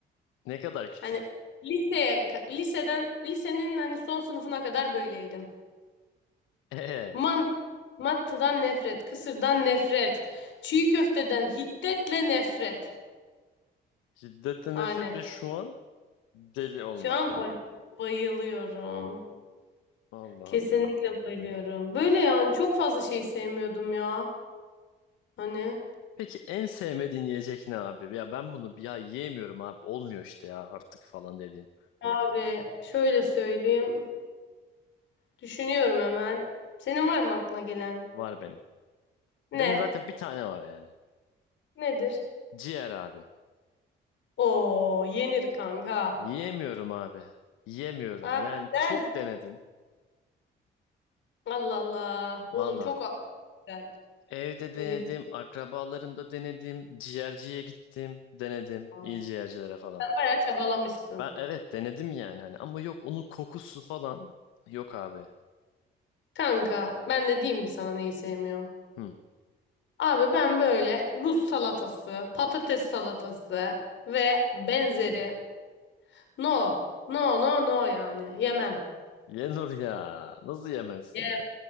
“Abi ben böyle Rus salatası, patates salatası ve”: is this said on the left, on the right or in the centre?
Left